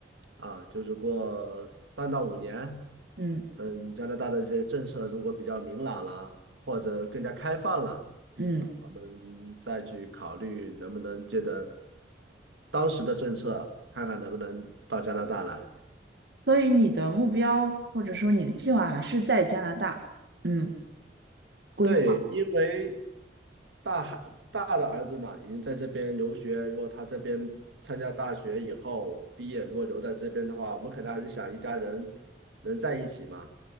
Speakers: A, on the right; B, on the right.
A: 啊，就是过三到五年，
B: 嗯
A: 等加拿大的一些政策如果比较明朗了，或者更加开放了，
B: 嗯，
A: 我们再去考虑能不能借着当时的政策，看看能不能到加拿大来。
B: 所以你的目标或者说你的计划还是在加拿大，嗯，规划，
A: 对，因为大孩大的儿子嘛，已经在这边留学。如果他这边参加大学以后毕业，如果留在这边的话，我们肯定还是想一家人能在一起嘛。